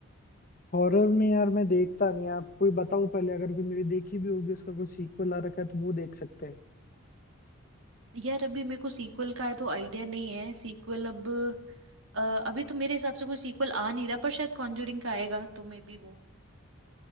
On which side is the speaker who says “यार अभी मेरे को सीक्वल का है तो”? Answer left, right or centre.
Right